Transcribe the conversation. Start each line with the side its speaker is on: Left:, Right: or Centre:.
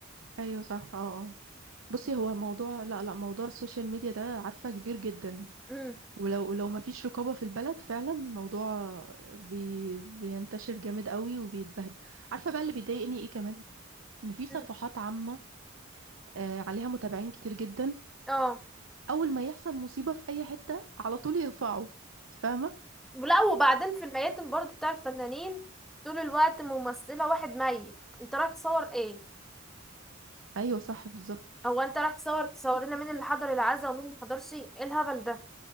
Right: ايوه صح اه آه. بصي هو موضوع لا لا موضوع السوشيال ميديا ده عارفة كبير جدا
Centre: امم
Right: ولو لو ما فيش رقابة في البلد فعلا الموضوع بي بينتشر جامد قوي وبيتبهدل عارفة بقى اللي بيضايقني ايه كمان ان في صفحات
Centre: مم.
Right: عامة آه، عليها متابعين كتير جدا
Centre: اه
Right: اول ما يحصل مصيبة في اي حتة على طول يرفعوا انت فاهمة
Centre: ولا وبعدين في الميتم برضو بتاع الفنانين طول الوقت ممثلة واحد ميت انت رايح تصور ايه
Right: ايوه صح بالظبط
Centre: هو انت رايح تصور تصور لنا مين اللي حضر العزاء ومين اللي حضرش ايه الهبل ده